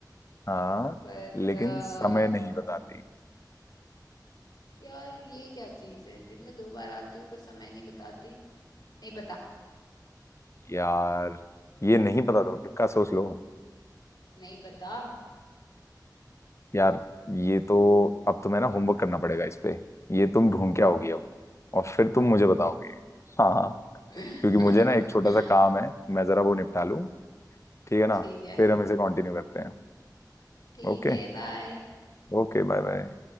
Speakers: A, on the left; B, on the left.
A: हाँ
B: पर
A: लेकिन
B: अ,
A: समय नहीं बताती
B: यार ये क्या चीज है दिन में दो बार आती हूँ पर समय नहीं बताती नहीं पता
A: यार ये नहीं पता तुम्हें पक्का सोच लो
B: नहीं पता
A: यार ये तो अब तुम्हें ना होमवर्क करना पड़ेगा इस पे ये तुम ढूंढ के आओगी अब और फिर तुम मुझे बताओगे हाँ हाँ
B: <laughs>
A: क्योंकि मुझे ना एक छोटा सा काम है मैं जरा वो निपटा लूँ ठीक है ना
B: ठीक है
A: फिर हम इसे कंटिन्यू करते हैं
B: ठीक
A: ओके
B: है बाय
A: Okay bye bye